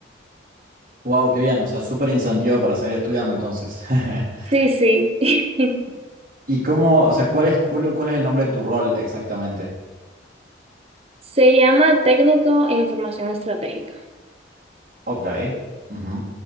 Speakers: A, on the right (about 50°); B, on the right (about 30°).
A: Wow, qué bien, o sea, súper incentivo para seguir estudiando entonces. <laughs>
B: Sí, sí. <laughs>
A: ¿Y cómo, o sea, cuál es, cuál, cuál es el nombre de tu rol exactamente?
B: Se llama técnico en información estratégica.
A: Ok. ujú.